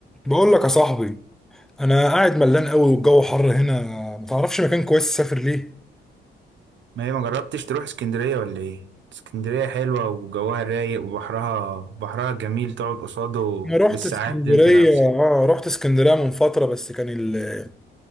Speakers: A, in the centre; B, on the right.
A: بقول لك يا صاحبي انا قاعد ملان قوي والجو حر هنا ما تعرفش مكان كويس اسافر ليه
B: ما هي ما جربتش تروح اسكندرية ولا ايه اسكندرية حلوة وجوها رايق وبحرها بحرها جميل تقعد قصاده
A: انا رحت
B: بالساعات
A: اسكندريه
B: انت نفسك
A: اه رحت اسكندريه من فتره بس كان ال...